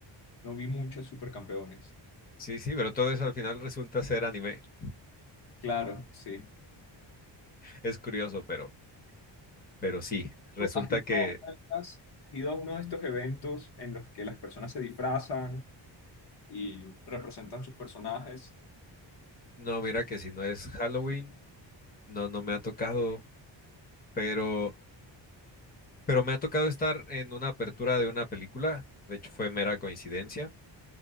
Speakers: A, on the left; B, on the left.
A: No vi muchos Supercampeones.
B: Sí, sí, pero todo eso al final resulta ser anime. <laughs>
A: Claro, sí.
B: Es curioso, pero, pero sí, resulta
A: ¿Has ido
B: que,
A: a una de estas- has ido a uno de estos eventos en los que las personas se disfrazan y representan sus personajes?
B: no, mira que si no es Halloween, no, no me ha tocado pero, pero me ha tocado estar en una apertura de una película, de hecho fue mera coincidencia,